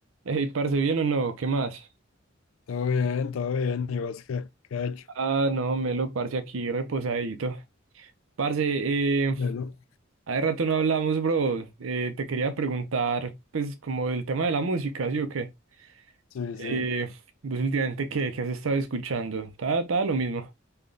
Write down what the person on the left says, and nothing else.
Todo bien, todo bien. ¿Y vos qué, qué ha hecho?
Bueno.
Sí,
sí.